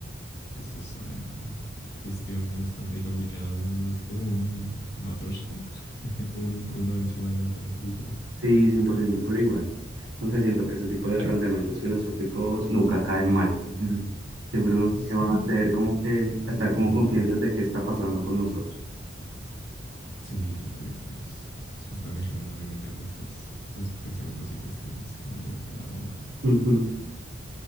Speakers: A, on the left (about 55°); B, on the right (about 75°).
A: Esta es una cuestión bastante complicada. Un- es como un matroshka, <laughs> un, uno encima de otro, literal.
B: Sí, 100% pero igual. No sé, siento que ese tipo de planteamientos filosóficos nunca caen mal. <laughs> Siempre nos
A: Sí,
B: llevan a hacer
A: te-
B: como que,
A: a mí
B: a estar como
A: a mí me
B: conscientes
A: encanta.
B: de qué está pasando con nosotros.
A: Sí, yo te digo que es, es bastante genial. A mí me encantan estos, estos pensamientos y cuestiones que me hago cada momento.
B: Ujú.